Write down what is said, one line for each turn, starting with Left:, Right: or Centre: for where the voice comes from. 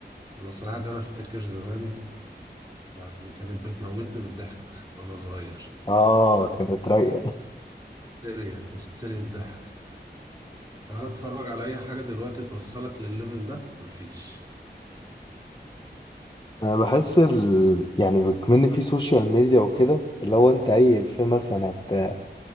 Right: المسرحية دي أنا أفتكر زمان يعني كانت بتموتني من الضحك وأنا صغير
Left: اه كانت رايقة
Right: هستيريا هستيريا الضحك تعالى اتفرج على اي حاجة دلوقتي توصلك للليفل ده مفيش
Left: انا بحس ال... يعني بكمن في سوشيال ميديا وكده اللي هو انت اي في مثلا هت...